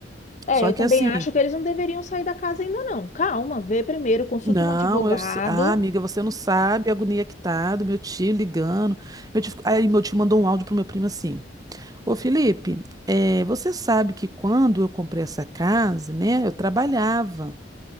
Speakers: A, on the left; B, on the right.
A: É,
B: Só
A: eu
B: que
A: também
B: assim,
A: acho que eles não deveriam sair da casa ainda não. Calma, vê primeiro, consulta
B: Não,
A: um advogado.
B: eu sei. Ah, amiga, você não sabe a agonia que tá do meu tio ligando. Meu tio... ficou- Aí meu tio mandou um áudio pro meu primo assim. Ô Felipe, eh, você sabe que quando eu comprei essa casa, né? Eu trabalhava